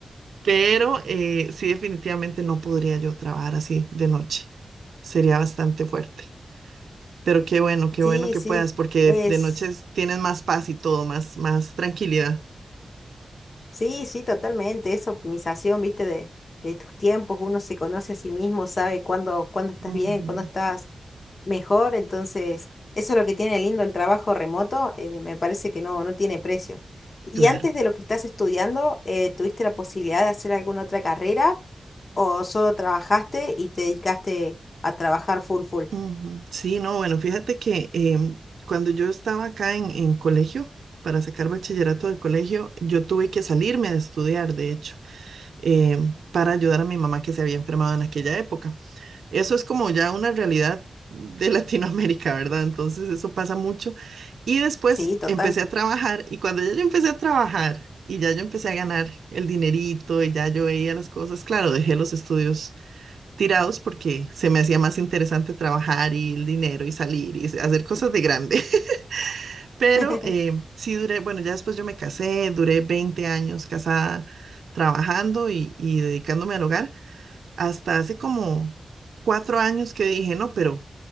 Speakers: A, on the right (about 85°); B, on the left (about 50°).
A: pero eh, sí definitivamente no podría yo trabajar así de noche. Sería bastante fuerte. Pero qué bueno, qué
B: Sí,
A: bueno que
B: sí,
A: puedas porque
B: es.
A: de, de noche tienes más paz y todo, más, más tranquilidad.
B: Sí, sí, totalmente. Es optimización, viste, de, de tus tiempos. Uno se conoce a sí mismo, sabe cuándo, cuándo estás
A: Ujú.
B: bien, cuándo estás mejor. Entonces, eso es lo que tiene lindo el trabajo remoto. eh, me parece que no, no tiene precio. ¿Y
A: Claro.
B: antes de lo que estás estudiando, eh, tuviste la posibilidad de hacer alguna otra carrera o solo trabajaste y te dedicaste a trabajar full full?
A: Ujú. Sí, no, bueno, fíjate que em, cuando yo estaba acá en, en colegio, para sacar bachillerato del colegio, yo tuve que salirme de estudiar, de hecho, em, para ayudar a mi mamá que se había enfermado en aquella época. Eso es como ya una realidad de <laughs> Latinoamérica, ¿verdad? Entonces eso pasa mucho. Y después
B: Sí, total.
A: empecé a trabajar y cuando ya yo empecé a trabajar y ya yo empecé a ganar el dinerito y ya yo veía las cosas, claro, dejé los estudios tirados porque se me hacía más interesante trabajar y el dinero y salir y hacer cosas de grande. <laughs> Pero
B: <laughs>
A: eh, sí duré, bueno, ya después yo me casé, duré 20 años casada trabajando y, y dedicándome al hogar, hasta hace como cuatro años que dije, no, pero